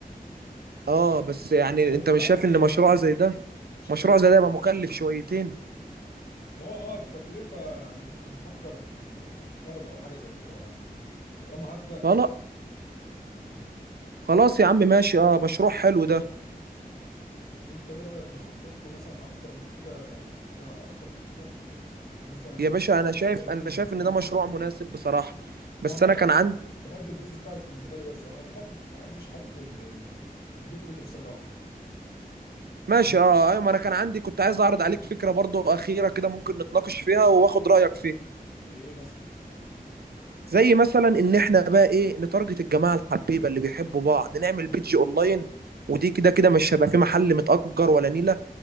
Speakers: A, on the right; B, on the left.
A: اه بس يعني
B: عشان
A: انت
B: انت
A: مش
B: عارف
A: شايف
B: الشباب
A: ان مشروع
B: اللي
A: زي ده
B: الشباب
A: مشروع
B: اللي
A: زي ده يبقى مكلف شويتين
B: هو اه التكلفه يعني انا بفكر ان في قرض او حاجه زي كده يعني طالما هبدا
A: خلاص خلاص يا عم ماشي اه مشروع حلو ده
B: انت ايه رايك نخطط له مثلا اكتر من كده يعني حاجه اكتر من كده في مثلا يعني
A: يا باشا انا شايف
B: نكبر البيزنس
A: انا شايف
B: بتاعنا
A: ان ده مشروع مناسب بصراحة
B: انا
A: بس
B: عامه
A: انا كان عندي
B: بحب البيزنس بتاعي يكون مجاله واسع انا ما بحب ما بحبش احط ال- البيض كله في سله واحده
A: ماشي اه ايوه ما انا كان عندي كنت عايز اعرض عليك فكره برضو اخيره كده ممكن نتناقش فيها واخد رايك فيها
B: زي ايه مثلا
A: زي مثلا ان احنا بقى ايه نتارجت الجماعه الحبيبه اللي بيحبوا بعض نعمل بيدج اونلاين ودي كده كده مش هيبقى في محل متأجر ولا نيله